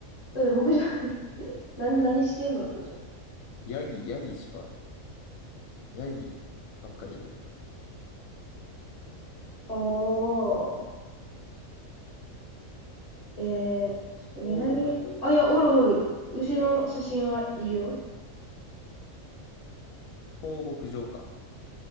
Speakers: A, on the left; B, on the left.
A: だって僕じゃ、<laughs> 何、何してんのってことじゃん。
B: ヤギ、ヤギしか、ヤギばっかりやねんけど。
A: おー。えー、ちょっと南、
B: 放牧場
A: あ、いや、おるおる。牛の写真はいるよ。
B: 放牧場か。